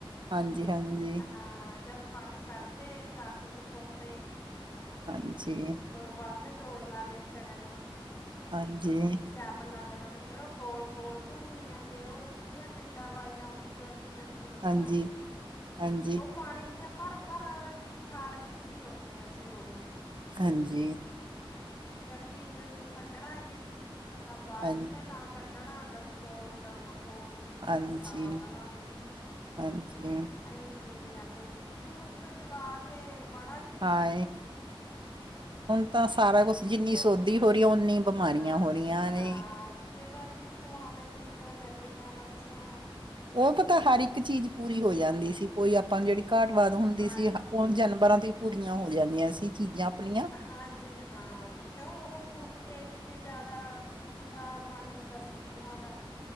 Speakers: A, on the right; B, on the left.
A: ਹਾਂਜੀ ਹਾਂਜੀ
B: ਹਾਂ ਜਦ ਪਾਣੀ ਕੱਢਦੇ ਉਹਦੇ ਵਿੱਚ ਪਾਉਂਦੇ।
A: ਹਾਂਜੀ
B: ਦੋ ਵੱਧ ਜੋੜ ਲੈਂਦੇ ਵਿਚਾਰਿਆਂ ਨੂੰ
A: ਹਾਂਜੀ
B: ਪਿੱਛੇ ਆਪਾਂ ਲੱਗ ਜਾਦੇ। ਗੱਲਾਂ ਦੇ ਫਿਰ ਉਹ ਗੋਲ ਗੋਲ ਘੁੰਮੀ ਜਾਂਦੇ ਉਹ ਜਿਹੜੀਆਂ ਟਿੰਡਾਂ ਵਾਲੀਆਂ ਹੁੰਦੀਆਂ ਤੀਆਂ ਖੂਹੀਆਂ
A: ਹਾਂਜੀ ਹਾਂਜੀ
B: ਉਹ ਪਾਣੀ ਦੀਆਂ ਭਰ ਭਰ ਕੀ ਖਾਲ ਵਿੱਚ ਦੀ ਆਉਂਦੀਆਂ ਸੀ ਉਹ।
A: ਹਾਂਜੀ
B: ਜਦ ਪੀਣ ਨੂੰ ਕੱਢਣਾ ਜੀ ਤਾਂ ਬਾਲਟੀਆਂ
A: ਹਾਂਜੀ
B: ਨਾਲ ਕੱਢਦੇ ਕੱਢਣਾ ਡਬੋ ਡਬੋ। ਕੋਲ ਵਿੱਚ
A: ਹਾਂਜੀ
B: ਰੱਸਾ ਬੰਨ ਲਾਦੇ
A: ਹਾਂਜੀ
B: ਅਸੀਂ ਪੀ ਆਦੇ ਤੇ ਜੀ ਹੁਣ ਤਾਂ ਜਵਾਕ ਮੰਨਦੇ ਨਹੀ।
A: ਹਾਂਏ ਹੁਣ ਤਾਂ ਸਾਰਾ ਕੁਛ ਜਿੰਨੀ ਸੋਧੀ ਹੋ ਰਹੀ ਹੈ ਓਨੀ ਬਿਮਾਰੀਆਂ
B: ਹਾਂਜੀ
A: ਹੋ ਰਹੀਆਂ ਨੇ।
B: ਹਾਂ ਅੱਗੇ ਤਾਂ ਜੀ ਖੂਹਾਂ ਦੇ ਵਿੱਚ ਡਡੂੱ ਹੱਡੀਆਂ ਮੱਛੀਆਂ
A: ਉਹ ਪਤਾ ਹਰ ਇੱਕ ਚੀਜ਼ ਪੂਰੀ ਹੋ ਜਾਂਦੀ ਸੀ ਕੋਈ ਆਪਾਂ ਜਿਹੜੀ ਘਾਟ ਵਾਦ ਹੁੰਦੀ
B: ਹਾਂਜੀ
A: ਸੀ ਉਹ ਜਾਨਵਰਾਂ ਤੇ ਪੂਰੀਆਂ ਹੋ ਜਾਂਦੀਆਂ ਸੀ ਚੀਜ਼ਾਂ ਆਪਣੀਆਂ
B: ਹਾਂਜੀ, ਹਾਂ ਕਿਉਂ ਉਹ ਕੁਡ ਕੇ ਜੀ ਜੇ ਜਿਆਦਾ ਖਰਾਬ ਪਾਣੀ ਹੁੰਦਾ ਸੀ ਖੂਹਾਂ ਦਾ।